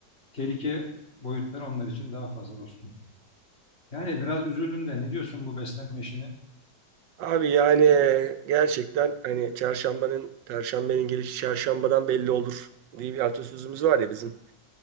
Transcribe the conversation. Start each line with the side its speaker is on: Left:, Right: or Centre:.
Left: tehlike boyutları onlar için daha fazla dostum. Yani biraz üzüldüm de ne diyorsun bu beslenme işine?
Right: Abi yani gerçekten hani çarşambanın, perşembenin gelişi çarşambadan belli olur diye bir atasözümüz var ya bizim.